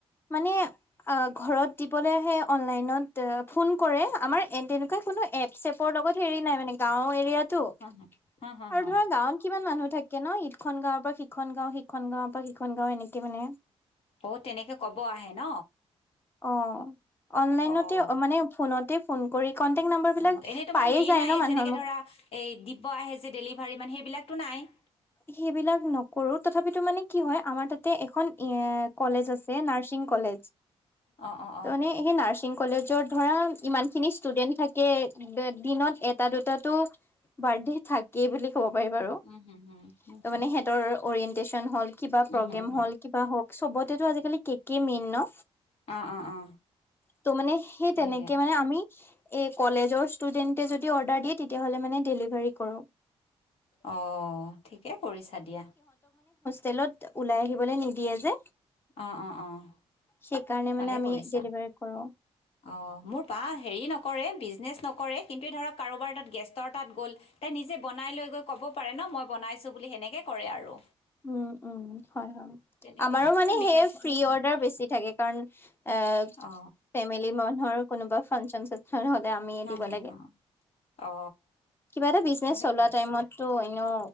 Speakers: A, on the left (about 20°); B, on the left (about 65°).
A: মানে অ ঘৰত দিবলে আহে মানে অনলাইনত ফুনকৰে আমাৰ <unintelligible> কোনো এপ চেপৰ লগত হেৰি নাই মানে গাঁও এৰিয়াাত
B: হা, হা, হা,
A: আৰু
B: হা।
A: ধৰা গাঁৱত কিমান মানুহ থাকে ন ঈদ খ গাঁৱৰ পৰা শ সখন গাঁও সিখন গাঁও বা সিখন গাঁও এনেকে মানে
B: অ তেনেকে কব আহে ন
A: অ অনলাইনতে
B: অ'
A: মানে ফোনতে ফোন কৰি কন্টেক্ট নাম্বাৰ বিলাক
B: অ', এনেই তোমাৰ
A: পায়ে
B: হেৰি
A: যায়
B: নাই
A: ন মানুহৰ
B: যেনেকে
A: মুখ
B: ধৰা এই দিব আহে যে ডেলিভাৰী মানে সেইবিলাক তো নাই?
A: সেইবিলাক নকৰো, তথাপিতো মানে কি হয় আমাৰ তাতে এখন, এ কলেজ আছে নাৰছিং কলেজ। ত
B: অ', অ', অ'।
A: মানে সেই নাৰছিং কলেজ যত ধৰা ইমান খিনি ষ্টুডেন্ট থাকে, দিনত এটা দুটাতো বাৰ্থডে থাকে বুলি ক'ব পাৰি বাৰু।
B: উম হুম হুম হুম
A: ত
B: হুম
A: মানে সিহঁতৰ অৰিয় টিউচন হ'ল? কিবা প্ৰগ্ৰেম
B: উম হুম হুম
A: হ'ল কিবা হওক। চবতেটো আজিকালি কেকেই মেইন ন?
B: অ অ অ
A: ত মানে সেই
B: হয়
A: তেনেকে
B: দিয়া
A: মানে আমি এ কলেজৰ ষ্টুডেণ্টয়ে যদি অৰ্ডাৰ কৰে তেতিয়া ডেলিভাৰী কৰোঁ।
B: অঁ। অ', ঠিকে কৰিছা দিয়া।
A: তেলত ওলাই আহিবলৈ নিদিয়ে যে।
B: অ', অ', অ'।
A: সেইকাৰণে মানে
B: ভালে
A: আমি
B: কৰিছা।
A: ডেলিভাৰী কৰো
B: অ', মোৰ বা হেৰি নকৰে, বিজনে নকৰে কিন্তে ধৰক কাৰোবাৰ তাত গেষ্টৰ তাত গ'ল তাই নিজে বনাই লৈ গৈ ক'ব পাৰে ন মই বনাইছোঁ বুলি সেনেকৈ কৰে আৰু।
A: উম, উম। হয়, হয়।
B: তেনেকে
A: আমাৰ মানে
B: এ মিঠাই
A: সে
B: চিঠাই
A: ফ্ৰী
B: বনাই
A: অৰ্ডাৰ বেছি থাকে কাৰণ এ
B: অ
A: ফেমিলি মানুহৰ কোনোবা ফাংচন চাংচন হলে আমি
B: হা
A: দিব
B: হা
A: লাগে।
B: হা অ
A: কিবা এটা বিজনেচ
B: ভালে
A: চলোৱা
B: কৰিছা
A: টাইমতটো এনেও